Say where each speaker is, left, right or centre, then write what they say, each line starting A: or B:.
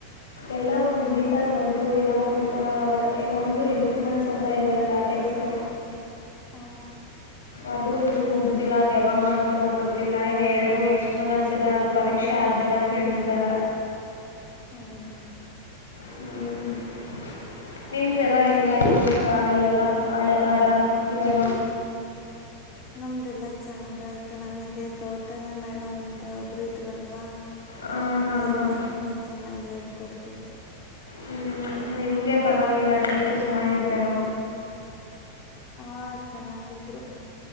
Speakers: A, on the left; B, on the left.
A: ಎಲ್ಲ ಒ ಮುಗೀತಾ ಬಂತು ಇನ್ನ ಒಂದು ಒಂದು ಇಂಟರ್ನಲ್ಸ್ ಅಂತ ಇದ್ದಾರೆ ಲ್ಯಾಟೆಕ್ಸು
B: ಹಾಂ
A: ಅದು ಇನ್ನೂ ಮುಗ್ದಿಲ್ಲ ಅದು ಯಾವಾಗ ಮಾಡ್ತಾರೋ ಗೊತ್ತಿಲ್ಲ ಇನ್ನ ಎರಡು ಎಕ್ಸ್ಟ್ರನಲ್ಸ್ ಇದೆ ಅದು ಪರೀಕ್ಷೆ ಆದ್ಮೇಲೆ ಅಂತ ಹೇಳ್ತಿದ್ದಾರೆ
B: ಹೌೌದು
A: ಹ್ಮ್ <inaudible>
B: ಹ್ಮ್
A: ನಿಮ್ದೆಲ್ಲಾ ಹೆಂಗಾಯ್ತ ಇವೆಲ್ಲ ಹಳೆ ಆಡ ಇವೆಲ್ಲ
B: ನಮ್ದಲ್ಲ ಚೆನ್ನಾಗಯ್ತು ನಮಗೆ ಗೌತಮಿ ಮೇಡಮ್ ಅಂತ ಒಬರು ಇದ್ರಲ್ವಾ
A: ಹಾಂ ಹಾಂ
B: ಅವರೆಲ್ಲಾ
A: ಹಾಂ
B: ತುಂಬಾ ಚೆನ್ನಾಗಿ ಹೇಳ್ತಾರೆ ಕೊಡ್ತಿದ್ರು
A: ಹ್ಮ್ ನಿಮ್ಗೆ ಪರವಾಗಿಲ್ಲ ಟೀಚರ್ಸ್ ಚೆನ್ನಾಗ ನ
B: ಹಾ ಚೆನ್ನಾಗಿದ್ರು